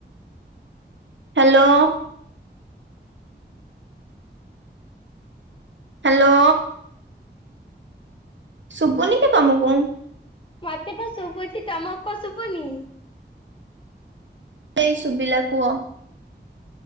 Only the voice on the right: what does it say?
ହ୍ୟାଲୋ। ହ୍ୟାଲୋ ଶୁବୁନିକି ତମକୁ?
ଏଇ ଶୁବିଲା କୁଅ?